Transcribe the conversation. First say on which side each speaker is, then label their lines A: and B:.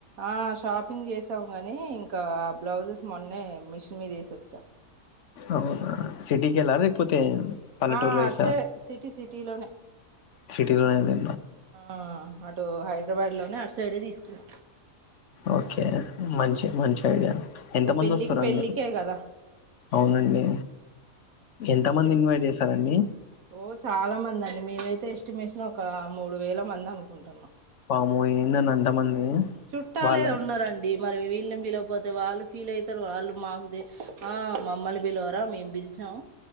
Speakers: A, on the right; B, on the left.
A: ఆ షాపింగ్ చేసాం కాని ఇంకా బ్లౌజెస్ మొన్నే మిషన్ మీద వేసొచ్చా.
B: అవునా సిటీకి
A: ఆ
B: వెళ్లారా, లేకపోతే పల్లెటూరు లొ వేశారా?
A: అటు సైడ్ సిటీ సిటీలోనే
B: సిటీలో అయితే
A: ఆ అటు హైదరాబాద్ లోనే అటు సైడే తీసుకుని
B: ఓకే మంచి మంచి ఐడియానే ఎంత
A: ఇక
B: మంది
A: పెళ్ళికి
B: వస్తారండి?
A: పెళ్ళికే కదా
B: అవునండి ఎంతమంది
A: చుట్
B: నీ ఇన్వైట్ చేశారండి?
A: ఓ చాలా మంది అండి మేమైతే ఎస్టిమేషన్ ఒక మూడు వేల మంది అనుకుంటున్నాం.
B: వామ్మో ఏందండి అంతమంది
A: చుట్టాలే
B: వాళ్ళ
A: ఉన్నారండి. డి మరి వీళ్ళని పిలవకపోతే వాళ్ళు ఫీల్ అయితారు వాళ్ళు మాకుదే ఆ మా మమ్మల్ని పిలువరా మేము పిల్ చం